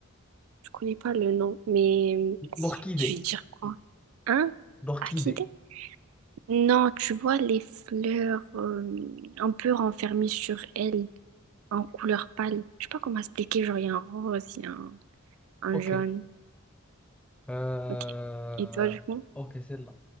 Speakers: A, on the right; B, in the centre.
A: je connais pas le nom, mais
B: l'orchidée.
A: je vais dire quoi? Hein?
B: L'orchidée.
A: Orchidée? Non, tu vois les fleurs euh, un peu renfermées sur elles. en couleur pâle. Je sais pas comment expliquer, genre il y a un rose, il y a un, un
B: Ok.
A: jaune.
B: Euh,
A: Ok. Et toi, du coup?
B: Ok, celle-là.